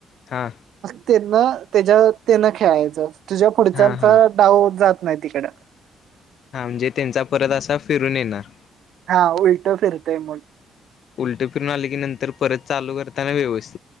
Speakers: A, on the left; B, on the right.
A: हा.
B: ना त्याच्या त्यांना खेळायचं तुझ्या पुढच्याचा
A: हा हा
B: डाव जात नदीकड.
A: हा म्हणजे त्यांचा परत असा फिरून येणार
B: हा उलटो फिरतोय मग
A: उलटे फिरून आले की नंतर परत चालू करताना व्यवस्थित